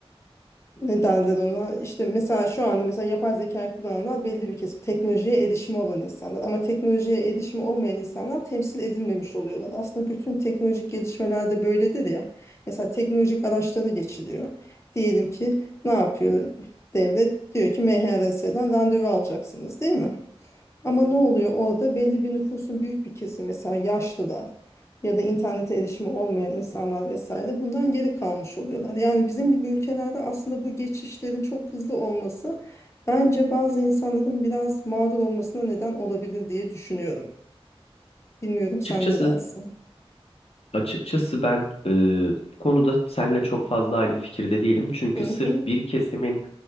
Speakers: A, on the left; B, on the left.
A: ne derler ona işte mesela şu anda mesela yapay zekayı kullananlar belli bir kesim teknolojiye erişimi olan insanlar ama teknolojiye erişimi olmayan insanlar temsil edilmemiş oluyorlar. Aslında bütün teknolojik gelişmelerde böyledir ya mesela teknolojik araçlara geçiliyor. Diyelim ki ne yapıyor devlet? Diyor ki MHRS'den randevu alacaksınız değil mi? Ama ne oluyor orada? Belli bir nüfusun büyük bir kesimi mesela yaşlılar ya da internete erişimi olmayan insanlar vesaire bundan geri kalmış oluyorlar. Yani bizim gibi ülkelerde aslında bu geçişlerin çok hızlı olması bence bazı insanların biraz mağdur olmasına neden olabilir diye düşünüyorum. Bilmiyorum
B: Açıkçası
A: sen ne dersin?
B: Açıkçası ben e, bu konuda seninle çok fazla aynı fikirde değilim. Çünkü
A: Hı
B: sırf
A: hı,
B: bir kesimin